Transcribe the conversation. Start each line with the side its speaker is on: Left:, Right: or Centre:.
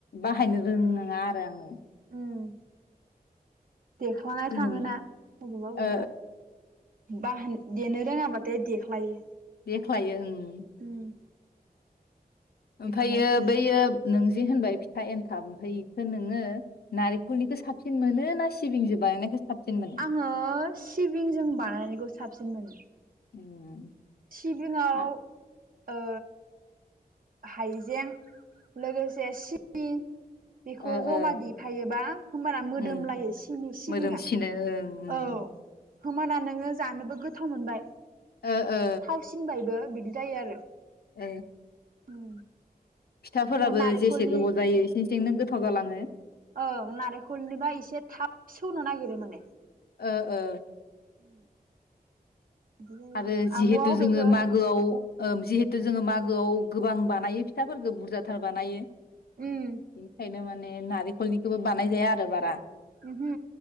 Left: बाहायनो रों नङा आरो आङो।
Right: उम। देख्लांनाय
Left: जोनोम
Right: थाङोना अबावबा अबावबा
Left: ओ
Right: बाहाय। देनो रोङाब्लाथाय देख्लायो।
Left: देख्लायो ओ।
Right: उम देख्लायनाय
Left: ओमफ्रायो
Right: थाङो
Left: बैयो नों। जे होनबाय फिथा एन्थाब ओमफ्राय बेखौ नोङो नारेंखलनिखौ साबसिन मोनो ना सिबिंजों बानायनायखौ। साबसिन मोनो?
Right: आङो सिबिंजों बानायनायखौ साबसिन मोनो।
Left: उम
Right: सिबिङाव
Left: आ
Right: ओ हाइजें लोगोसे सिबिं बेखौ
Left: ओ
Right: जमा
Left: ओ
Right: दिफायोबा होमबाना मोदोम
Left: उम
Right: लायो सिनि सिबिंङा।
Left: मोदोमसिनो ओं उम
Right: औ। होमाना नोङो जानोबो गोथाव मोनबाय।
Left: ओ ओ।
Right: थावसिनबायबो बिदि जायो आरो
Left: ओ
Right: उम
Left: फिथाफोराबो
Right: ओमफ्राय नारेंखलनि
Left: जेसे गोबाव जायो इसें सेंनो गोथाव जालाङो। <inaudible>
Right: ओं नारेंखलनिबा एसे थाब सेवनो नागिरो माने।
Left: ओ ओ।
Right: बिदि जायो
Left: आरो जिहेथु
Right: आब'आ अबेखौ
Left: जोङो मागोआव ओम जिहेथु जोङो मा गोआव गोबां बानायो फिथाफोरखो बुरजाथार बानायो। बेनिखायनो
Right: उम
Left: मा ने नारेखलनिखोबो बानायजाया आरो बारा।
Right: उमहु।